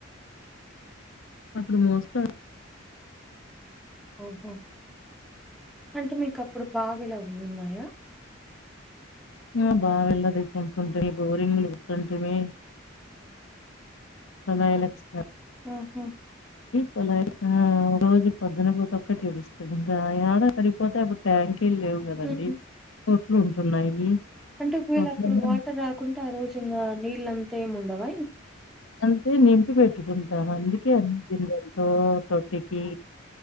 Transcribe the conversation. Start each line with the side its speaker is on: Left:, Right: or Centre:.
Left: అప్పుడు మోస్తా
Centre: ఊహు అంటే మీకప్పుడు బావిలవున్నిన్నాయా
Left: ఆ బావిళ్ళదిసుకుంటుంటాయి బోరింగ్లు వస్తుంటాయి సదాలక్ష్
Centre: ఊహు
Left: కుళాయిక రోజు పొద్దున పూట ఒక్కటి ఇడుస్తాడు ఇంగ యాడ సరిపోతే అప్పుడు ట్యాంక్ ఇల్ లేవు గదండి
Centre: ఉ
Left: లు ఉంటున్నాయి
Centre: అంటే ఒక వీళ్ళ
Left: తొట్లలో
Centre: అప్పుడు వాటర్ రాకుంటే ఆ రోజు ఇంగా నీల్ అంతా ముండవ
Left: అంతే నింపి పెట్టుకుంటాం అందుకే అన్ని తింద ఒ తొట్టికి